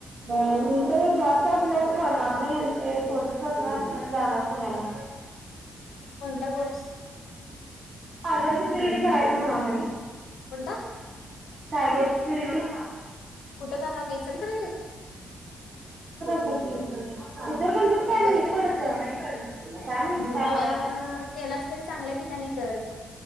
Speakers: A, on the right; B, on the left.
A: मी तर जास्त असं असल्यावर, करणार नाही एमसीए कोर्स करणार आणि जाणार पुण्याला
B: कोणता कोर्स
A: सायबर सिक्युरिटी करायचं म्हणायलो
B: कोणता?
A: सायबर सिक्युरिटी
B: कुठे करणार इचलकरंजीत?
A: इचलकरंजी नाहीत वाटत
B: ब
A: <unintelligible> काय माहित
B: अ
A: काय बघायला नाही
B: केलास तरी चांगल्या ठिकाणी कर.